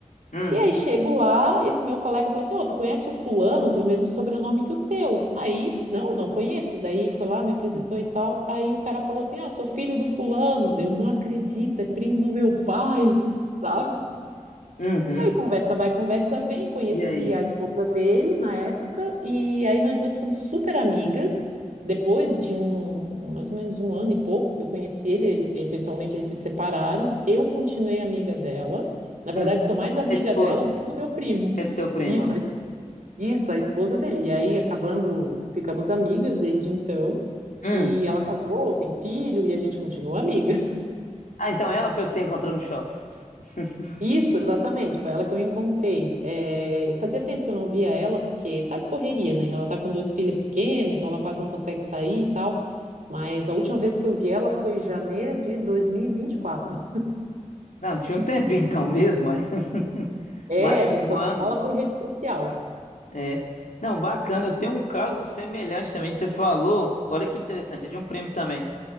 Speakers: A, on the left; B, on the right.
A: hum,
B: E aí chego lá, esse meu colega falou assim: Ô, tu conhece o fulano, tem o mesmo sobrenome que o teu. Aí, não, não conheço. Daí foi lá, me
A: <laughs>
B: apresentou e tal. Aí o cara falou assim: Ah, sou filho do fulano. Daí Eu não acredito, é primo do meu pai, <laughs> sabe?
A: uhum.
B: E aí conversa vai, conversa vem. Conheci
A: E aí?
B: a esposa dele na época e aí nós duas ficamos super amigas. Depois de um, mais ou menos um ano e pouco que eu conheci ele, ele- eventualmente eles se separaram. Eu continuei amiga dela. Na
A: Hum.
B: verdade, sou mais amiga
A: A esposa,
B: dela do que do meu primo.
A: que é de seu primo.
B: Isso, a- isso, a esposa dele. E aí acabando, ficamos amigas desde então.
A: Hum.
B: E ela casou, tem filho e a gente continua amiga.
A: Ah, então ela foi a que você encontrou no shopping. <laughs>
B: Isso, exatamente, foi ela que eu encontrei. É, fazia tempo que eu não via ela, porque sabe correria, né? Ela tá com duas filhas pequenas, então ela quase não consegue sair e tal. Mas a última vez que eu vi ela foi em janeiro de 2024.
A: Não, tinha um tempinho então mesmo, mas <laughs>
B: É,
A: mais
B: a gente
A: de um
B: só se
A: ano.
B: fala por rede social.
A: É. Não, bacana. Eu tenho um caso semelhante também. Você falou, olha que interessante, é de um primo também.